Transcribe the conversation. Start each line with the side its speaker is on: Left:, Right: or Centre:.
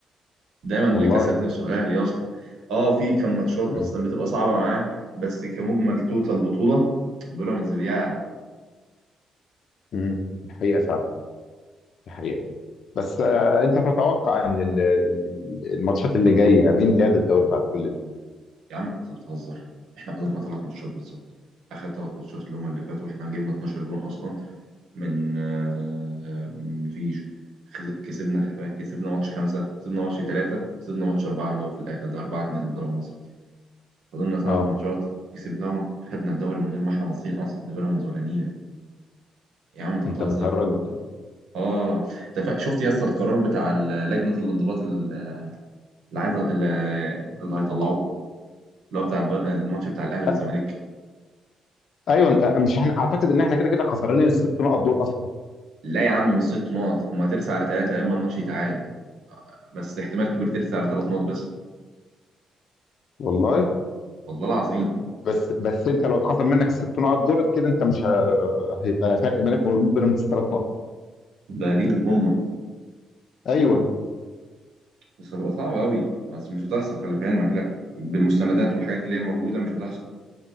Right: دايما اللي
Left: والله
Right: كسب نفسه الاهلي اصلا اه في كان ماتشات
Left: امم
Right: اصلا بتبقى صعبه معاه بس كمجمل توتال بطوله بيراميدز بيقع
Left: امم دي حقيقه فعلا دي حقيقه بس آه انت تتوقع ان ال- ال- الماتشات اللي جايه مين اللي ياخد الدوري بعد كل ده؟
Right: يا عم انت بتهزر احنا خسرنا ثلاث ماتشات بالظبط اخر ثلاث ماتشات اللي هم اللي فاتوا احنا جبنا 12 جون اصلا من آه، آه، مفيش خس- كسبنا كسبنا ماتش خمسة كسبنا ماتش ثلاثة كسبنا ماتش أربعة اللي هو في الآخر ده أربعة اتنين قدام مصر فضلنا ثلاث
Left: اه
Right: ماتشات كسبناهم خدنا الدوري من غير ما احنا باصين أصلا لبيراميدز ولا نيلة يا عم أنت
Left: انت
Right: بتهزر
Left: بتهرج من ده
Right: آه ده ف- شفت يا اسطى القرار بتاع ال- لجنة الانضباط ال- اللي عايزة اللي اللي هيطلعوه اللي هو بتاع الب- الماتش بتاع الأهلي والزمالك
Left: آه، ايوه انت مش احنا اعتقد ان احنا كده كده خسرانين الست نقط دول اصلا
Right: لا يا عم مش ست نقط هما هترسى على ثلاثة لما الماتش يتعاد بس احتمال كبير ترسى على ثلاث نقط بس
Left: والله
Right: والله العظيم
Left: بس بس انت لو اتخصم منك الست نقط دول كده انت مش ه- هيبقى فرق بينك وبين بيراميدز ثلاث نقط
Right: ده ليهم هم
Left: ايوه
Right: بس هتبقى صعبة أوي بس مش هتحصل خلي في علمك لأ بالمستندات والحاجات اللي هي موجودة مش هتحصل